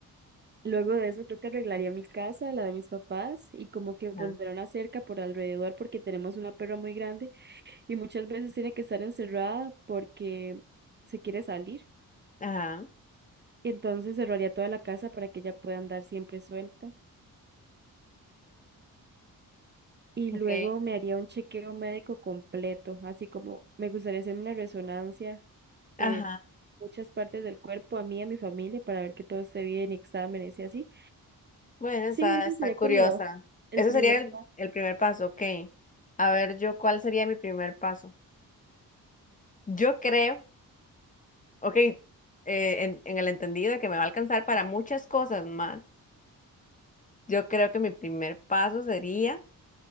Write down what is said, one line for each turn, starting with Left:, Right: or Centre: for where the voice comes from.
Right: Luego de eso creo que arreglaría mi casa, la de mis papás, y como que pondré
Left: Ajá,
Right: una cerca por alrededor porque tenemos una perra muy grande y muchas veces tiene que estar encerrada porque se quiere salir.
Left: ajá,
Right: Entonces cerraría toda la casa para que ella pueda andar siempre suelta. Y
Left: ok.
Right: luego me haría un chequeo médico completo, así como me gustaría hacerme una resonancia
Left: Ajá.
Right: de muchas partes del cuerpo, a mí y a mi familia, para ver que todo esté bien, exámenes y así.
Left: Bueno, está,
Right: Sí, eso
Left: está
Right: sería
Left: curiosa.
Right: como el
Left: Ese
Right: primer
Left: sería el,
Right: paso.
Left: el primer paso, ok. A ver, yo, ¿cuál sería mi primer paso? Yo creo, ok, eh, en, en el entendido de que me va a alcanzar para muchas cosas más, yo creo que mi primer paso sería